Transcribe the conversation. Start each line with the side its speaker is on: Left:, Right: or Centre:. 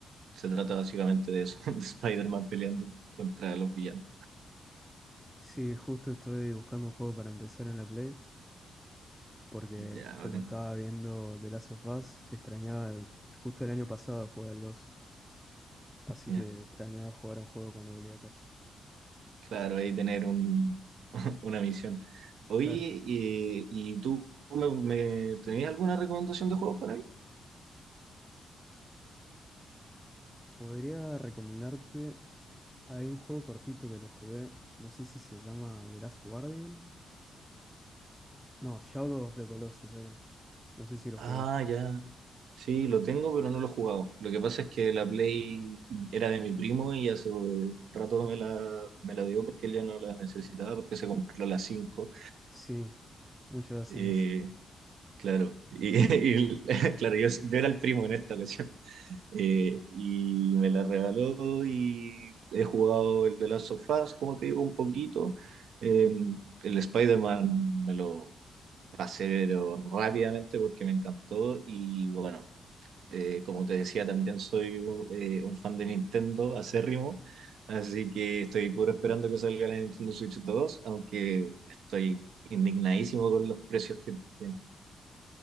Right: se trata básicamente de eso, <laughs> de Spider-Man peleando contra los villanos.
Centre: Sí, justo estoy buscando un juego para empezar en la Play, porque
Right: Ya, bacán.
Centre: como estaba viendo The Last of Us, extrañaba el- Justo el año pasado jugué al 2, así
Right: Ya.
Centre: que extrañaba jugar a un juego cuando volvía a casa.
Right: Claro, ahí tener un, <laughs> una misión. Oye,
Centre: Claro.
Right: eh, ¿y tú me, me- tenías alguna recomendación de juegos para mí?
Centre: Podría recomendarte Hay un juego cortito que lo jugué, no sé si se llama The Last Guardian. No, Shadow of the Colossus era. No sé si lo
Right: Ah,
Centre: jugaste.
Right: ya. Sí, lo tengo, pero no lo he jugado. Lo que pasa es que la Play era de mi primo y hace eh, un rato me la, me la dio porque él ya no la necesitaba porque se compró la 5.
Centre: Sí, muchos hacen
Right: Eh,
Centre: eso.
Right: claro, y, <laughs> y- <laughs> claro, yo, yo era el primo en esta ocasión. Eh, y me la regaló y he jugado el de las sofás, como te digo, un poquito. Eh, el Spider-Man me lo pasé pero rápidamente porque me encantó y bueno, eh, como te decía, también soy eh, un fan de Nintendo acérrimo, así que estoy puro esperando que salga la Nintendo Switch dos aunque estoy indignadísimo con los precios que tiene.